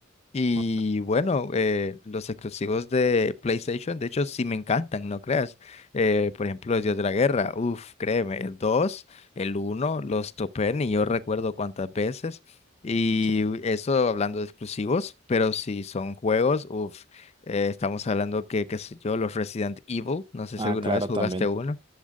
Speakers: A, on the left; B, on the right.
A: y
B: Ah,
A: bueno, eh, los exclusivos de PlayStation, de hecho, sí me encantan, no creas. Eh, por ejemplo, el Dios de la Guerra, uff, créeme, el 2, el uno los topé, y yo recuerdo cuántas veces. Y
B: sí.
A: eso hablando de exclusivos, pero si son juegos, uff, estamos hablando que, qué sé yo, los Resident Evil, no sé
B: Ah,
A: si alguna
B: claro,
A: vez jugaste
B: también.
A: uno,